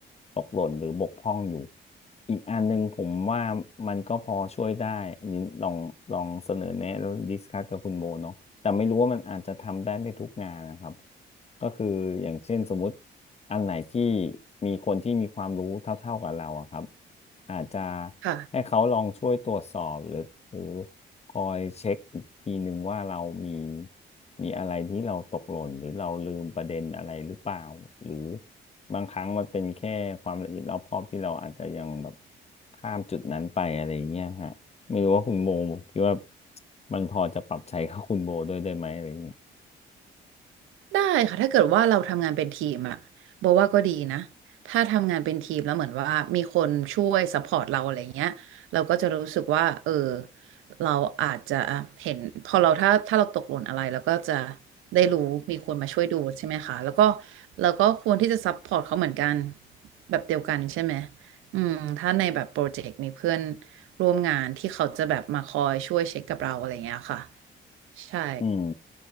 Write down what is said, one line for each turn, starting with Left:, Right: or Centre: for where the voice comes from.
Left: ตกหล่นหรือบกพร่องอยู่อีกอันหนึ่งผมว่ามันก็พอช่วยได้อันนี้ลองลองเสนอแนะแล้วดิสคัสกับคุณโมเนาะแต่ไม่รู้ว่ามันอาจจะทำได้ไม่ทุกงานนะครับก็คืออย่างเช่นสมมติ อันไหนที่มีคนที่มีความรู้เท่าๆกับเราอะครับอาจจะ
Right: ค่ะ
Left: ให้เขาลองช่วยตรวจสอบหรือหรือคอยเช็คอีกทีหนึ่งว่าเรามีมีอะไรที่เราตกหล่นหรือเราลืมประเด็นอะไรหรือเปล่าหรือบางครั้งมันเป็นแค่ความละเอียดรอบคอบที่เราอาจจะยังแบบข้ามจุดนั้นไปอะไรอย่างเงี้ยฮะไม่รู้ว่าคุณโบคิดว่ามันพอจะปรับใช้กับคุณโบด้วยได้ไหมอะไรอย่างเงี้ย
Right: ได้ค่ะถ้าเกิดว่าเราทำงานเป็นทีมอะบอกว่าก็ดีนะถ้าทำงานเป็นทีมแล้วเหมือนว่ามีคนช่วยซัพพอร์ตเราอะไรเงี้ยเราก็จะรู้สึกว่าเออเราอาจจะเห็นพอเราถ้าถ้าเราตกหล่นอะไรเราก็จะได้รู้มีคนมาช่วยดูใช่ไหมคะแล้วก็เราก็ควรที่จะซัพพอร์ตเขาเหมือนกันแบบเดียวกันใช่ไหมอืมถ้าในแบบโปรเจกต์มีเพื่อนร่วมงานที่เขาจะแบบมาคอยช่วยเช็คกับเราอะไรเงี้ยค่ะใช่
Left: อืม